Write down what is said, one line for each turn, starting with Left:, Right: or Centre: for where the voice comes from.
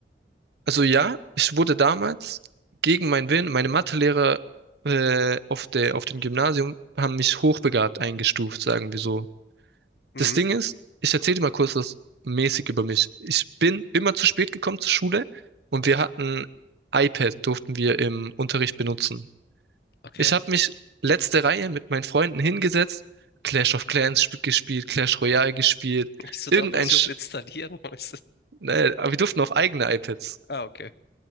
Right: also ja, ich wurde damals gegen meinen Willen, meine Mathelehrer äh, auf der, auf dem Gymnasium haben mich hochbegabt eingestuft, sagen wir so.
Left: Mhm.
Right: Das Ding ist, ich erzähle dir mal kurz was mäßig über mich. Ich bin immer zu spät gekommen zur Schule und wir hatten iPad, durften wir im Unterricht benutzen.
Left: Okay.
Right: Ich habe mich letzte Reihe mit meinen Freunden hingesetzt, Clash of Clans sp- gespielt, Clash Royale gespielt,
Left: Wieso
Right: irgendein,
Left: darf man das
Right: Sch
Left: überhaupt installieren? <laughs> Warum ist
Right: ne, aber wir durften auf eigene iPads.
Left: Ah, okay.